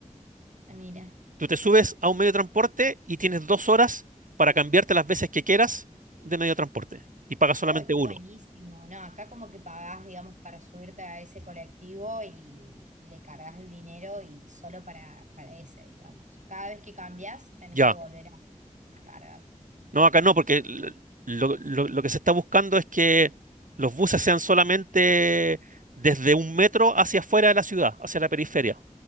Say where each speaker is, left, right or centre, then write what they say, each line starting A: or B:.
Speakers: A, on the right; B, on the right.
A: Ah, mira.
B: Tú te subes a un medio de transporte y tienes dos horas para cambiarte las veces que quieras de medio de transporte. Y pagas solamente
A: Oh, está
B: uno.
A: buenísimo. No, acá como que pagás, digamos, para subirte a ese colectivo y le cargas el dinero y solo para, para ese, digamos. Cada vez que cambias, tenés
B: Ya.
A: que volver a cargar.
B: No, acá no, porque l- lo, lo- lo que se está buscando es que los buses sean solamente desde un metro hacia afuera de la ciudad, hacia la periferia.